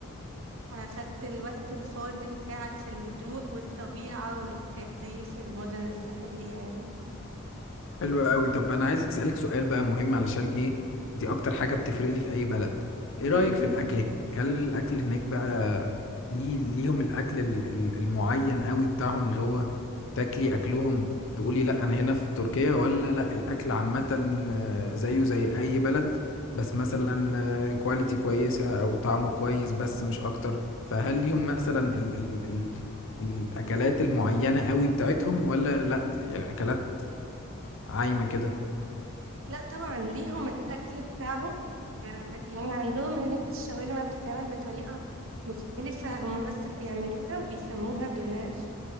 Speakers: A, on the right (about 65°); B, on the left (about 65°).
A: وأخدت الوقت الفاضي بتاعك في الهدوء والطبيعة والحاجات دي في المدن الساحلية يعني
B: حلو قوي طب انا عايز اسالك سؤال بقى مهم علشان ايه دي اكتر حاجه بتفرق لي في اي بلد ايه رايك
A: مم.
B: في الاكل هناك هل الاكل هناك بقى ليه ليهم الاكل ال- ال- المعين قوي بتاعهم اللي هو تاكلي اكلهم تقولي لا انا هنا في تركيا ولا لا الاكل عامه آه، زيه زي اي بلد بس مثلا كواليتي كويسه او طعمه كويس بس مش اكتر فهل ليهم مثلا ال ال ال الاكلات المعينه قوي بتاعتهم ولا لا يعني اكلات عايمه كده
A: لا طبعا ليهم الأكل بتاعهم آه، يعني عندهم هناك الشاورما بتتعمل بطريقة مختلفة هما بس اللي بيعملوها وبيسموها دوناش